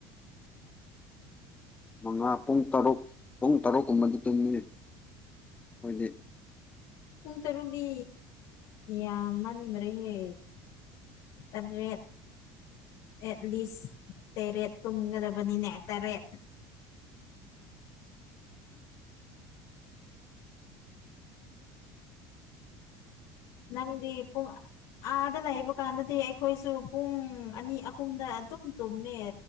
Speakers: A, on the left (about 20°); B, on the left (about 70°).
A: ꯃꯉꯥ ꯄꯨꯡ ꯇꯔꯨꯛ ꯄꯨꯡ ꯇꯔꯨꯛꯀꯨꯝꯕꯗꯤ ꯇꯨꯝꯃꯤ ꯈꯣꯏꯗꯤ
B: ꯄꯨꯡ ꯇꯔꯨꯛꯗꯤ ꯌꯥꯝꯃꯟꯗ꯭ꯔꯦꯍꯦ ꯇꯔꯦꯠ ꯑꯦꯠ ꯂꯤꯁ ꯇꯔꯦꯠ ꯇꯨꯝꯒꯗꯕꯅꯤꯅꯦ ꯇꯔꯦꯠ ꯅꯪꯗꯤ ꯄꯨꯡ ꯑꯥꯗ ꯂꯩꯕ ꯀꯥꯟꯗꯗꯤ ꯑꯩꯈꯣꯏꯁꯨ ꯄꯨꯡ ꯑꯅꯤ ꯑꯍꯨꯝꯅ ꯑꯗꯨꯝ ꯇꯨꯝꯃꯦ